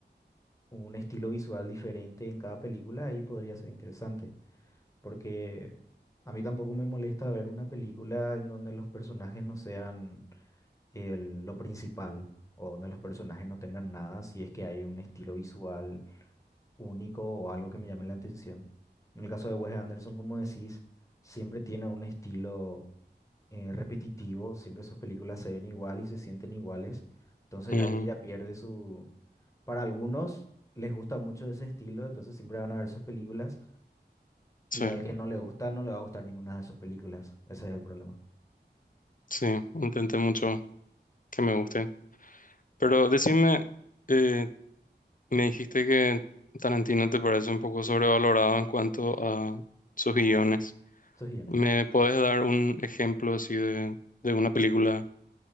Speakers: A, on the left; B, on the left.
A: un estilo visual diferente en cada película, ahí podría ser interesante, porque a mí tampoco me molesta ver una película en donde los personajes no sean el- lo principal o donde los personajes no tengan nada, si es que hay un estilo visual único o algo que me llame la atención. En el caso de Wes Anderson, como decís, siempre tiene un estilo eh, repetitivo, siempre sus películas se ven igual y se sienten iguales, entonces
B: Ujú,
A: ahí ya pierde su... Para algunos les gusta mucho ese estilo, entonces siempre van a ver sus películas
B: Sí,
A: y al que no le gusta no le va a gustar ninguna de sus películas, ese es el problema,
B: sí, intenté mucho que me guste. Pero decime, eh, me dijiste que Tarantino te parece un poco sobrevalorado en cuanto a sus guiones.
A: sus guiones.
B: ¿Me puedes dar un ejemplo así de, de una película